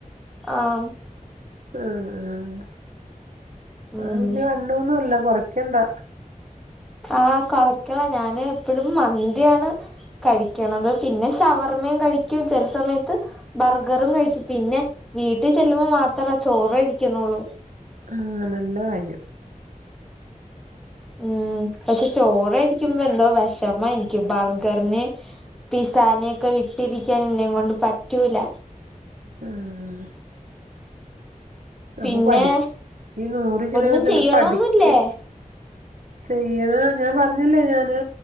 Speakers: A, in the centre; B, on the right.
A: ആം
B: ഉം ഉം
A: ഉം
B: ആ വല്ല്യ വണ്ണൊന്നുംല്ല കൊറക്കണ്ടാ
A: ആ കൊറക്കണം ഞാന് എപ്പഴും മന്തിയാണ് കഴിക്കണത് പിന്നെ ഷവർമ്മേം കഴിക്കും ചില സമയത്ത് ബർഗറും കഴിക്കും പിന്നെ വീട്ടിൽ ചെല്ലുമ്പോ മാത്രാ ചോറ് കഴിക്കുന്നുള്ളൂ
B: ആഹ് നല്ല കാര്യം
A: ഉം പക്ഷെ ചോറ് കയ്ക്കുമ്പോ എന്തോ വിഷമാ എനിക്ക് ബർഗറിന് പിസാനെയൊക്കെ വിട്ടിരിക്കാൻ എന്നേം കൊണ്ട് പറ്റൂല
B: ആഹ് അപ്പൊ
A: പിന്നെ
B: പടി ഈ നൂറ് കിലോ
A: ഒന്നും
B: വെച്ചോണ്ട്
A: ചെയ്യണൊന്നുല്ലേ
B: പഠിക്ക ചെയ്യണം ഞാൻ പറഞ്ഞല്ലേ ഞാന്